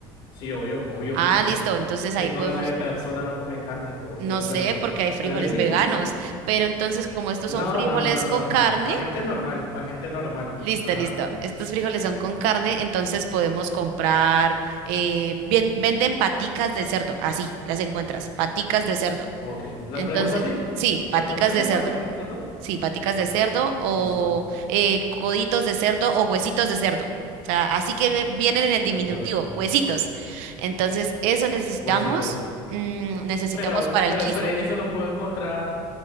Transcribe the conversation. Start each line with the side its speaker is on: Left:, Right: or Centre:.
Left: Sí, obvio, obvio
Right: Ah,
Left: que sí.
Right: listo, entonces
Left: ¿Qué
Right: ahí
Left: clase
Right: podemos
Left: de persona no come carne? Por
Right: No
Left: Dios.
Right: sé,
Left: Bueno,
Right: porque hay frijoles
Left: hágale. <laughs>
Right: veganos, pero entonces como estos
Left: No,
Right: son frijoles
Left: no, no, no,
Right: con carne,
Left: no. Para gente normal, para gente normal.
Right: listo,
Left: Ajá.
Right: listo. Estos frijoles son con carne, entonces podemos comprar, eh, bien- venden paticas de cerdo, así las encuentras, paticas de cerdo.
Left: Ok. ¿Las
Right: Entonces,
Left: preguntas sí?
Right: sí, paticas
Left: ¿Las preguntas
Right: de
Left: sí?
Right: cerdo,
Left: ¿Paticas de cerdo?
Right: sí, paticas
Left: Ok.
Right: de cerdo o
Left: Listo.
Right: eh, coditos de cerdo o huesitos de cerdo. O sea, así que ve- vienen en
Left: Huesitos
Right: el diminutivo,
Left: de cerdo.
Right: huesitos. Entonces, eso necesitamos,
Left: Huesitos.
Right: mm, necesitamos
Left: Pero,
Right: para el
Left: pero
Right: guiso.
Left: espere, ¿eso lo puedo encontrar?